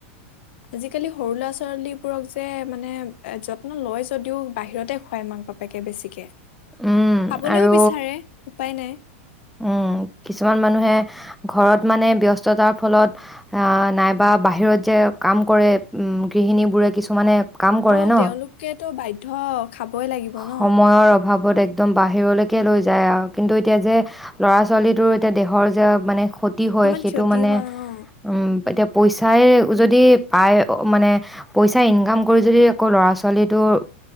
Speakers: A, on the left; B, in the centre.
A: আজিকালি সৰু ল'ৰা ছোৱালীবোৰক যে মানে যত্ন লয় যদিও বাহিৰতে খুৱায় মাক বাপেকে বেছিকে
B: উম
A: খাবলেও
B: আৰু
A: বিচাৰে উপায় নাই
B: উম কিছুমান মানুহে ঘৰত মানে ব্যস্ততাৰ ফলত নাইবা বাহিৰত যে কাম কৰে গৃহিণীবোৰে কিছুমানে কাম কৰে
A: অ
B: ন
A: তেওঁলোকেতো বাধ্যয় খাবই লাগিব ন
B: সময়ৰ অভাৱত একদম বাহিৰলৈকে লৈ যায় আৰু কিন্তু এতিয়া যে ল'ৰা ছোৱালীটোৰ এতিয়া দেহৰ যে মানে ক হয়
A: কিমান
B: সেইটো
A: ক্ষতি
B: মানে
A: হয় অ
B: উ এতিয়া পইচাই যদি পায় মানে পইচাই ইনকাম কৰি যদি আকৌ ল'ৰা ছোৱালীটোৰ